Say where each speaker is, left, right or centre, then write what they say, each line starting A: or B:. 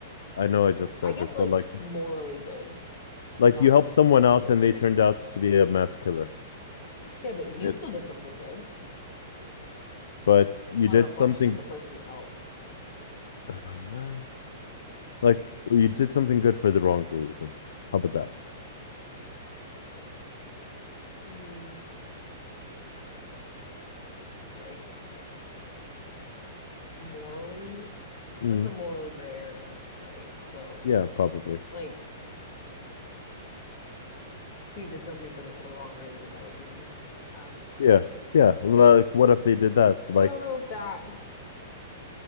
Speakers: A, on the left; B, on the left.
A: I know I just said
B: I guess
A: this,
B: like
A: but like
B: morally good,
A: like
B: not
A: you help
B: subjective
A: someone out and
B: good.
A: they turned out to be a mass killer.
B: Yeah, but you
A: It's
B: still did something good.
A: but you
B: It's not
A: did
B: a reflection
A: something
B: of the person you helped.
A: <sighs> Like well, you did something good for the wrong reasons. How about that?
B: Mm, like morally,
A: Mm,
B: that's a morally gray area, right? So
A: yeah, probably.
B: like, so you did something good, but for the wrong reason. Is that what you asked,
A: Yeah,
B: right?
A: yeah. Like, what if they did that? So,
B: I
A: like,
B: don't know if that